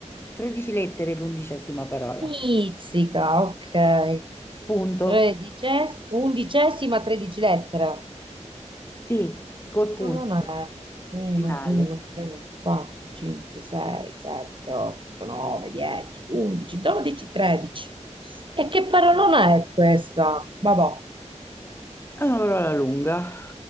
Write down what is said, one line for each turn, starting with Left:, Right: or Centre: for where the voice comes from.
Left: 13 lettere l'undicesima parola.
Right: Pizzica, ok.
Left: Punto.
Right: Tredicesima, undicesima, tredici lettera.
Left: Sì, col punto
Right: L'olona è 1,
Left: finale.
Right: 2, 3, 4, 5, 6, 7, 8, 9, 10, 11, 12, 13. E che parolona è questa? Vabbò.
Left: È una parola lunga.